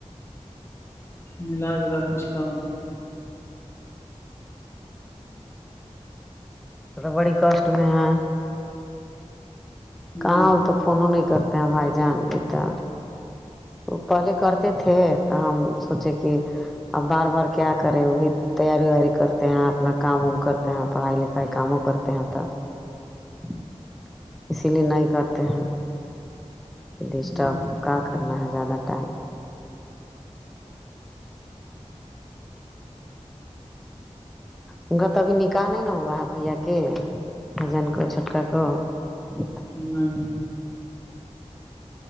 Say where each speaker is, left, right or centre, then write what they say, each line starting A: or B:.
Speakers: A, on the left; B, in the centre.
A: ملا جھولا کچھ کام ہے
B: مطلب ربڑی کاسٹ میں ہے
A: ہوں
B: کہاں ہو تو فون نہیں کرتے ہیں بھائی جان اتا وہ پہلے کرتے تھے تو ہم سوچے کہ اب بار بار کیا کرے وہ بھی تیاری ویاری کرتے ہیں اپنا کام وم کرتے ہیں پڑھائی لکھائی کاموں کرتے ہیں تب <inaudible> اسی لیے نہیں کرتے ہے کہ ڈسٹرب
A: ہوں
B: کا کرنا ہے زیادہ ٹائم ان کا تو ابھی نکاح نہیں ن ہوا ہے بھیا کے بجان کو چھوٹکا کو ج <inaudible>
A: نہیں